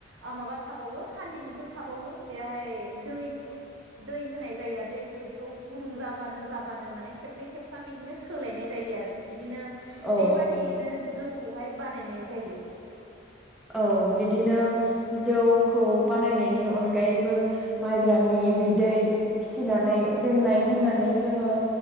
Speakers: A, on the right; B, in the centre.
A: ओ माबा थाबावो हान्दि मोनसे थाबावो बेआहाय दै खो दै होनाय जायो आरो दैखौ बे खौ गुदुं जाबानो जाबानो माने खेबनै खेबथाम बिदिनो सोलायनाय जायो आरो बिदिनो
B: औ
A: बेबादियैनो जौ खौहाय बानायनाय जायो
B: औ बिदिनो जौ खौ बानायनायनि अनगायैबो माइब्रानि बिदै फिसिनानै
A: औ
B: दोननाय
A: औ
B: होननानै
A: नंगौ
B: जोङो